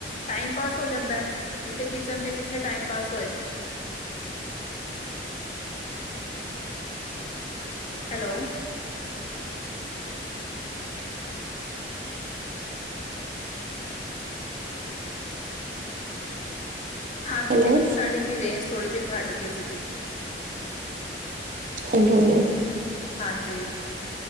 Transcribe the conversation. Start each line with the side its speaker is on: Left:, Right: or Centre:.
Left: ਟਾਈਮ ਪਾਸ ਹੋ ਜਾਂਦਾ ਐ, ਨਹੀਂ ਤੇ ਕਿਚਨ ਚ ਕਿੱਥੇ ਟਾਈਮ ਪਾਸ ਹੋਏ। ਹੈਲੋ। ਹੈਲੋ। ਹਾਂਜੀ,
Right: ਹੈਲੋ
Left: ਤੁਹਾਡੀ ਵੀ ਰੇਂਜ ਥੋੜ੍ਹੀ ਜੀ ਘੱਟ ਗਈ ਸੀਗੀ।
Right: ਹੰਟ ਹੋ ਗਿਆ ਐਧਰ।
Left: ਹਾਂਜੀ,